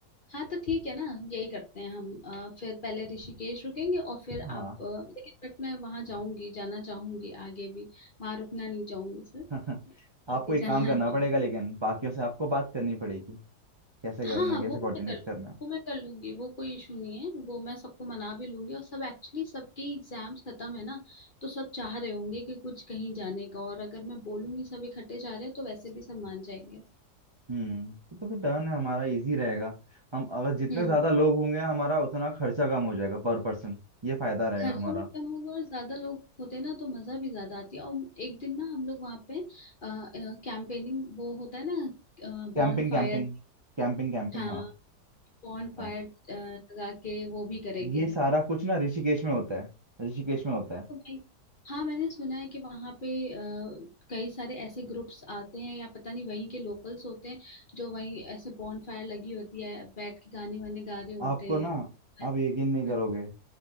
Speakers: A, on the left (about 40°); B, on the right (about 35°).
A: हाँ तो ठीक है ना यही करते हैं हम अ, फिर पहले ऋषिकेश रुकेंगे और फिर
B: हाँ
A: आप अ, लेकिन बट मैं वहां जाऊंगी जाना चाहूंगी आगे भी वहां रुकना नहीं चाहूंगी सर
B: <laughs> आपको
A: आगे
B: एक
A: जाना
B: काम करना
A: चाहूंगी
B: पड़ेगा लेकिन बाकियों से आपको बात करनी पड़ेगी कैसे करना
A: हाँ हाँ
B: है कैसे
A: वो
B: कोऑर्डिनेट
A: मैं कर लूँ
B: करना है
A: वो मैं कर लूंगी वो कोई इशू नहीं है वो मैं सबको मना भी लूंगी और सब एक्चुअली सबके एग्जाम्स खत्म है ना तो सब चाह रहे होंगे कि कुछ कहीं जाने का और अगर मैं बोलूंगी सब इकट्ठे जा रहे हैं तो वैसे भी सब मान जाएंगे
B: हम्म तो तो फिर डन है हमारा इजी रहेगा हम अगर जितने
A: हम्म
B: ज्यादा लोग होंगे हमारा उतना खर्चा कम हो जाएगा पर पर्सन ये फायदा रहेगा
A: खर्चा
B: हमारा
A: भी कम होगा और ज्यादा लोग होते ना तो मजा भी ज्यादा आती है और एक दिन ना हम लोग वहाँ पे कैंपेनिंग वो होता है ना
B: कैंपिंग
A: बॉन
B: कैंपिंग
A: फायर
B: कैंपिंग कैंपिंग
A: हाँ
B: हाँ
A: बॉन फायर
B: हाँ
A: लगा के वो भी करेंगे
B: ये सारा कुछ ना ऋषिकेश में होता है ऋषिकेश में होता है
A: तो भाई हाँ मैंने सुना है कि वहाँ पे अ, कई सारे ऐसे ग्रुप्स आते हैं या पता नहीं वहीं के लोकल्स होते हैं जो वहीं ऐसे बॉन फायर लगी होती है बैठ के गाने वाने गा रहे होते
B: आपको
A: हैं
B: ना आप यकीन
A: हम्म
B: नहीं करोगे